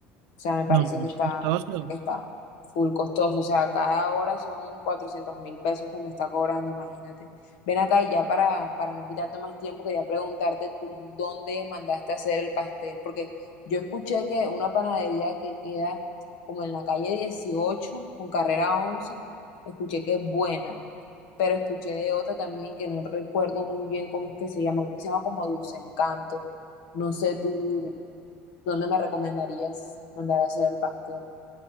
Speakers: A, on the left; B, on the right.
A: O sea, me parece
B: No, no,
A: que está,
B: es costoso.
A: está full costoso. O sea, cada hora son cuatrocientos mil pesos que me está cobrando, imagínate. Ven acá y ya para, para no quitarte más tiempo, quería preguntarte tú dónde mandaste a hacer el pastel, porque yo escuché que una panadería que queda como en la calle 18 con carrera once escuché que es buena, pero escuché de otra también que no recuerdo muy bien cómo es que se llama, creo que se llama como Dulce Encanto. No sé tú. ¿Dónde me recomendarías mandar a hacer el pastel?